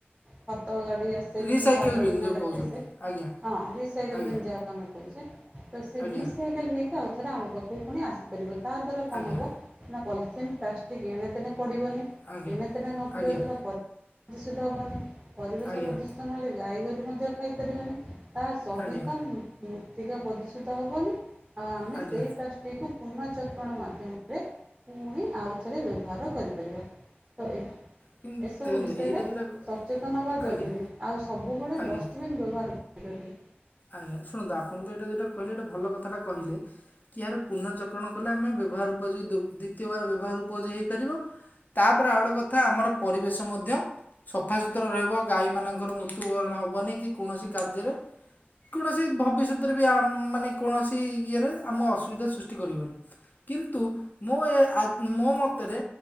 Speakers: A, on the right; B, on the left.
A: ଖତ ଗାଡ଼ି ଆସେ
B: ରିସାଇକେଲ
A: ଯେମିତି ଆବର୍ଜନା
B: ବିନ୍ ଯୋଉ
A: ଗାଡ଼ି
B: କହୁଛନ୍ତି
A: ଆସେ।
B: ଆଜ୍ଞା
A: ହଁ ରିସାଇକଲ
B: ଆଜ୍ଞା
A: ବିନ୍ ଯାହାକୁ ଆମେ କହୁଛେ ତ ସେ
B: ଆଜ୍ଞା
A: ରିଶାଇ <unintelligible> ଆଉଥରେ ଆମ ପାଖକୁ ପୁଣି ଆସିପାରିବ ତା ଦ୍ୱାରା କଣ
B: ଆଜ୍ଞା
A: ହବ ନା ପଲିଥିନ୍ ପ୍ଲାଷ୍ଟିକ ଏଣେତେଣେ ପଡ଼ିବନି
B: ଆଜ୍ଞା
A: ଏଣେତେଣେ ନ ପଡ଼ିବା
B: ଆଜ୍ଞା
A: ଦ୍ଵାରା ପ ଦୂଷିତ ହବନି ପରିବେଶ
B: ଆଜ୍ଞା
A: ପ୍ରଦୂଷିତ ନହେଲେ ଗାଈ ଗୋରୁ ମଧ୍ୟ ଖାଇପାରିବେନି। ତା ସହିତ
B: ଆଜ୍ଞା
A: ମୂ ମୂର୍ତ୍ତିକା ପ୍ରଦୂଷିତ ହେବନି ଆଉ ଆମେ
B: ଆଜ୍ଞା
A: ସେଇ ପ୍ଲାଷ୍ଟିକକୁ ପୁନଃଚକ୍ରଣ ମାଧ୍ୟମ ରେ ପୁଣି ଆଉଥରେ ବ୍ୟବହାର କରିପାରିବା ତ ଏ
B: କିନ୍ତୁ
A: ଏସବୁ
B: ଦେଖନ୍ତୁ
A: ବିଷୟରେ
B: ଏଇଟା ଯୋଉଟା କ-
A: ସଚେତନ ହେବା ଜରୁରୀ
B: ଆଜ୍ଞା
A: ଆଉ ସବୁବେଳେ
B: ଆଜ୍ଞା
A: ଡଷ୍ଟବିନ୍ ବ୍ୟବହାର କରିବି
B: ଆଜ୍ଞା ଶୁଣନ୍ତୁ ଆପଣ ତ ଏଇଟା ଯଉଟା କହିଲେ ଗୋଟେ ଏଇଟା ଭଲ କଥା ଟା କହିଲେ। କି ଆର ପୁନଚକ୍ରଣ କଲେ ଆମେ ବ୍ୟବହାର ଉପଯୋଗୀ ଦି ଦିତୀୟ ବାର ବ୍ୟବହାର ଉପୋଯୋଗୀ ହେଇପାରିବ। ତାପରେ ଆଉ ଗୋଟେ କଥା ଆମର ପରିବେଶ ମଧ୍ୟ ସଫାସୁତୁର ରହିବ ଗାଈମାନଙ୍କର ମୃତ୍ୟୁବରଣ ହବନି କି କୌଣସି କାର୍ଯ୍ୟରେ କୌଣସି ଭବିଷ୍ୟତରେ ବି ଆ ମାନେ କୌଣସି ଇଏରେ ଆମ ଅସୁବିଧା ସୃଷ୍ଟି କରିବନି। କିନ୍ତୁ ମୋ ଏ ଆ ମୋ ମତରେ